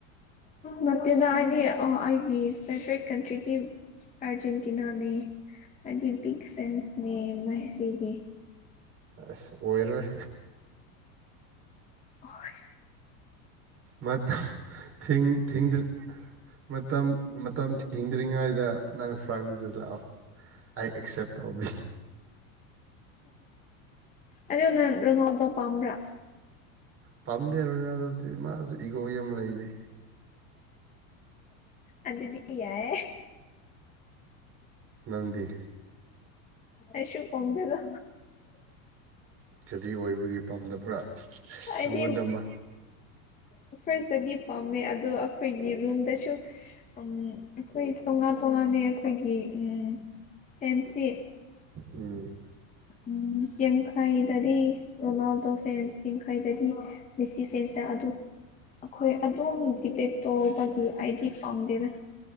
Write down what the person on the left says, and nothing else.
ꯅꯠꯇꯦꯗ ꯑꯩꯒꯤ ꯑꯥ ꯑꯩꯒꯤ ꯐꯤꯠꯕꯦꯛ ꯀꯟꯇ꯭ꯔꯤꯇꯤ ꯑꯥꯔꯖꯦꯟꯇꯤꯅꯥꯅꯦ ꯍꯥꯏꯗꯤ ꯕꯤꯛ ꯐꯦꯟꯁꯅꯦ ꯃꯦꯁꯤꯒꯤ
ꯍꯣꯏ
ꯑꯗꯨ ꯅꯪ ꯔꯣꯅꯥꯜꯗꯣ ꯄꯥꯝꯕ꯭ꯔꯥ
ꯑꯗꯨꯗꯤ ꯌꯥꯏꯌꯦ
ꯑꯩꯁꯨ ꯄꯣꯝꯗꯦꯗ
ꯑꯩꯗꯤ
ꯑꯣ ꯐ꯭ꯔꯦꯁꯇꯗꯤ ꯄꯥꯝꯃꯦ ꯑꯗꯣ ꯑꯩꯈꯣꯏꯒꯤ ꯔꯨꯝꯗꯁꯨ ꯎꯝ ꯑꯩꯈꯣꯏ ꯇꯣꯉꯥꯟ ꯇꯣꯉꯥꯟꯅꯦ ꯑꯩꯈꯣꯏꯒꯤ ꯎꯝ ꯐꯦꯟꯁꯇꯤ
ꯎꯝ ꯌꯥꯡꯈꯩꯗꯗꯤ ꯔꯣꯅꯥꯜꯗꯣ ꯐꯦꯟꯁ ꯌꯥꯡꯈꯩꯗꯗꯤ ꯃꯦꯁꯤ ꯐꯦꯟꯁꯅ ꯑꯗꯨ ꯑꯩꯈꯣꯏ ꯑꯗꯣꯝ ꯗꯤꯕꯦꯠꯇꯧꯕꯒꯤ ꯑꯩꯗꯤ ꯄꯥꯝꯗꯦꯗ